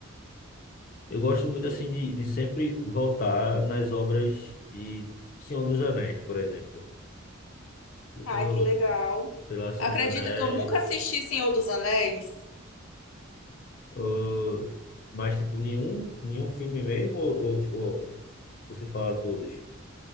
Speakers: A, on the left; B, on the left.
A: eu gosto muito, assim, de, de sempre voltar nas obras de Senhor dos Anéis, por exemplo. Eu,
B: Ai,
A: Quando, eu,
B: que legal.
A: sei lá, Senhor
B: Acredita
A: dos Anéis,
B: que eu nunca assisti Senhor dos Anéis?
A: ou- mas, tipo, nenhum, nenhum filme mesmo, ou, ou, tipo, você fala todos?